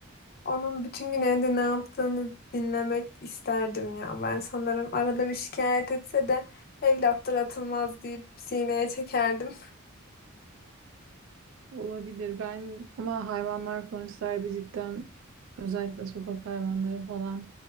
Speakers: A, on the left; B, on the right.
A: onun bütün gün evde ne yaptığını dinlemek isterdim ya. Ben sanırım arada bir şikayet etse de evlattır atılmaz deyip sineye çekerdim.
B: Olabilir. Ben ama hayvanlar konuşsaydı cidden özellikle sokak hayvanları falan